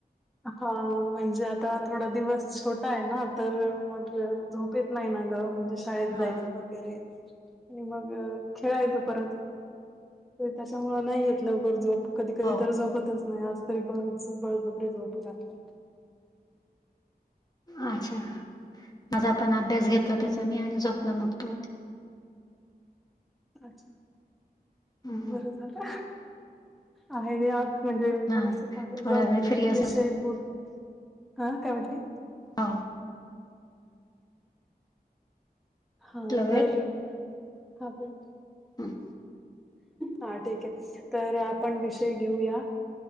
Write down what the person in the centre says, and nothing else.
हा म्हणजे आता थोडा दिवस छोटा आहे ना तर मग झोप येत नाही ना ग म्हणजे शाळेत
जायचं वगैरे आणि मग खेळायचं परत. त्याच्यामुळे नाही येत लवकर झोप कधी कधी
तर झोपतच नाही आज तरी बळ बळजबरी झोपू लागलं.
हम्म
अच्छा
बरं झालं आहे र आत म्हणजे
थोडस का
जाऊ दे
विषय बोट हा काय म्हटली
हा
तर हा बोल
हा ठीक आहे, तर आपण विषय घेऊया,